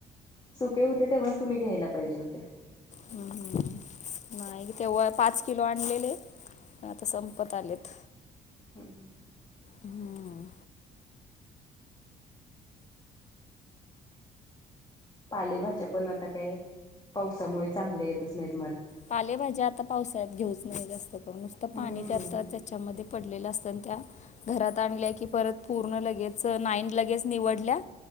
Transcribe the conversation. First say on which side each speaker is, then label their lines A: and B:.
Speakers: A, on the left; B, on the left.
A: सुके होते तेव्हाच तुम्ही घ्यायला पाहिजे होते.
B: हम हम हम नाही तेव्हा पाच किलो आणलेले आता संपत आलेत
A: हम ह
B: हम्म
A: पालेभाज्या पण आता काय पावसामुळे चांगल्या येतच नाहीत म
B: पालेभज्या आता पावसाळ्यात घेऊच नाही जास्त करून नुसतं
A: हम्म
B: पाणी त्या आता त्याच्यामध्ये पडलेलं असतं आणि त्या घरात आणल्या की परत पूर्ण लगेच नाईन लगेच निवडल्या